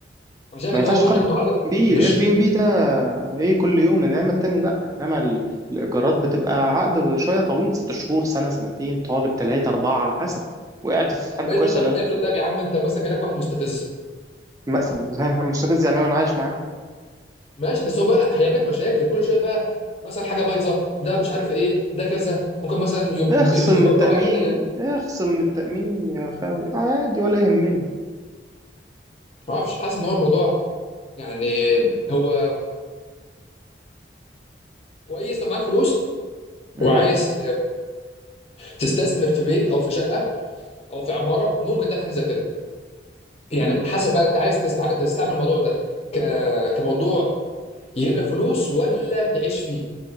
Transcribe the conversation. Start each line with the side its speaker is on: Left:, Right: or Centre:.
Left: انا شايف
Right: ما
Left: ان
Right: ينفعش
Left: هو برضو
Right: تقارن
Left: متعلق
Right: بي
Left: مش
Right: الاير بي ام بي ده ايه كل يوم انما التاني لا انما ال- الايجارات بتبقى عقد شويه طويل ست شهور سنه سنتين طالب ثلاثه اربعه على حسب وقعت في حد
Left: يعني
Right: كويس
Left: افرض طيب
Right: ولا لا
Left: افرض طيب يا عم انت مثلا جالك واحد مستفز
Right: مثلا <laughs> مستفز يعني وانا عايش معاه
Left: ماشي بس هو بقى هيعمل لك مشاكل كل شويه بقى مثلا حاجه بايظه ده مش عارف ايه ده كذا ممكن مثلا يوم
Right: اخصم
Left: <laughs>
Right: من
Left: يبرم
Right: التامين
Left: عليك قضيه
Right: اخصم من التامين يا خاوي عادي ولا يهمني
Left: ما اعرفش حاسس ان هو الموضوع يعني هو كويس لو معاك فلوس
Right: مم.
Left: وعايز تستثمر في بيت او في شقه او في عماره ممكن تعمل حاجه زي كده يعني
Right: مم.
Left: حسب بقى انت عايز تستع... تستعمل الموضوع ده ك... كموضوع يجيب لك فلوس ولا تعيش فيه